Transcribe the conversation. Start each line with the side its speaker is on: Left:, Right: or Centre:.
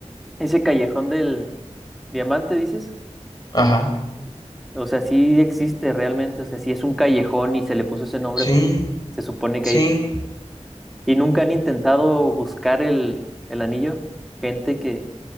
Centre: ese callejón del diamante, dices,
Left: Ajá,
Centre: o sea, sí existe realmente, o sea, sí es un callejón y se le puso ese nombre
Left: sí,
Centre: porque se supone
Left: sí.
Centre: que hay... ¿Y nunca han intentado buscar el, el anillo? Gente que,